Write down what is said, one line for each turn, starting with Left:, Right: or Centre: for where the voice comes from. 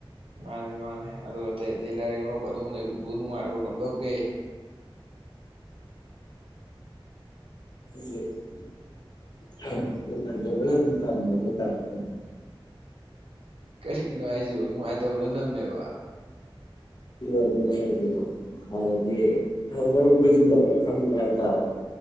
Right: ꯃꯥꯅꯤ ꯃꯥꯅꯦ ꯑꯗꯣ ꯑꯇꯩ ꯑꯇꯩ ꯂꯥꯏꯔꯤ ꯃꯔꯨꯞ ꯑꯗꯨꯣꯝ ꯂꯩꯕꯗꯨꯕꯨ ꯅꯨꯡꯉꯥꯏꯕꯔꯣ ꯀꯝꯗꯧꯒꯦ
Left: <unintelligible> ꯅꯨꯡꯉꯥꯏꯇꯕꯅ ꯅꯝꯃꯦ <unintelligible>
Right: ꯀꯔꯤꯅꯣ ꯍꯥꯏꯁꯤꯕꯣ ꯅꯨꯡꯉꯥꯏꯇꯕꯅ ꯅꯝꯃꯦꯕ
Left: <unintelligible> ꯑꯗꯗꯤ ꯃꯔꯨꯞ ꯍꯣꯏꯁꯨ ꯂꯩꯔ ꯈꯪꯅꯤ ꯍꯥꯏꯇꯥꯔꯦ